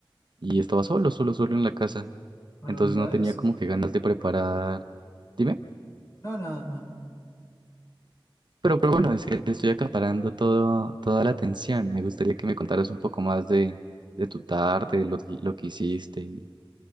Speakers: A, on the right; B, on the left.
A: y estaba solo, solo, solo en la casa.
B: ¿Manualidades?
A: Entonces no tenía como que ganas de preparar. Dime.
B: No, nada, nada.
A: Pero, pero bueno, es que te estoy acaparando todo, toda la atención. Me gustaría que me contaras un poco más de, de tu tarde, lo, que- lo que hiciste y